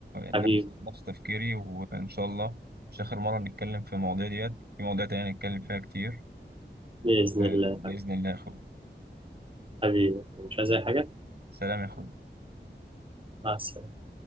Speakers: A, on the right; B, on the right.
A: حبيبي
B: نفس نفس تفكيري وإن شاء الله مش آخر مرة نتكلم في المواضيع ديت في مواضيع تانية نتكلم فيها كتير
A: بإذن
B: آه،
A: الله
B: بإذن الله يا أخوي
A: حبيبي مش عايز أي حاجة
B: سلام يا أخوي
A: مع السلامة